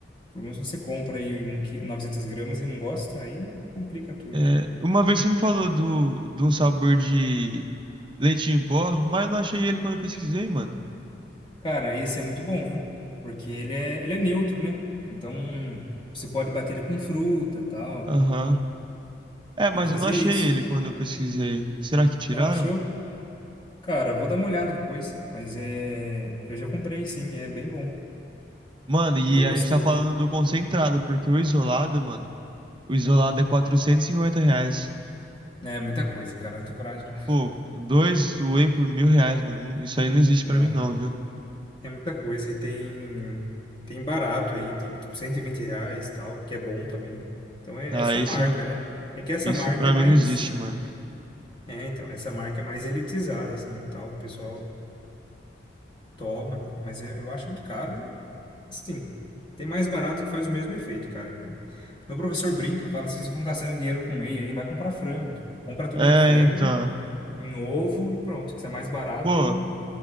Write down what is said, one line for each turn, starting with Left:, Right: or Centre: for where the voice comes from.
Left: O problema é se você compra aí um, qui- 900 gramas e não gosta, aí complica tudo.
Right: É, uma vez você me falou do, de um sabor de leite em pó, mas eu não achei ele quando eu pesquisei, mano.
Left: Cara, esse é muito bom, viu? Porque ele é, ele é neutro, né? Então, você pode bater ele com fruta, tal.
Right: Aham. É, mas
Left: Eu fazia
Right: eu não achei
Left: isso.
Right: ele quando eu pesquisei. Será que tiraram?
Left: Não achou? Cara, eu vou dar uma olhada depois, mas é, eu já comprei sim, é bem bom.
Right: Mano, e
Left: Eu gostei.
Right: a gente tá falando do concentrado, porque o isolado, mano, o isolado é 450 reais.
Left: É muita coisa, cara, eu não tenho coragem não.
Right: Pô, dois whey por mil reais, mano. Isso aí não existe
Left: Não,
Right: pra mim não, viu?
Left: é muita coisa e tem tem barato aí, tipo tipo, 120 reais e tal, que é bom também. Então é,
Right: Ah,
Left: é só
Right: isso,
Left: marca, né? É que essa
Right: isso
Left: marca
Right: pra
Left: é mais,
Right: mim não existe, mano.
Left: é, então, essa marca é mais elitizada assim, e tal, o pessoal toma, mas eu, eu acho muito caro Assim, tem mais barato que faz o mesmo efeito, cara. Então, meu professor brinca, fala, vocês ficam gastando dinheiro com whey aí, vai comprar frango. Tipo, compra tudo
Right: É,
Left: em frango,
Right: então.
Left: em ovo e pronto, que isso é mais barato
Right: Pô,
Left: e,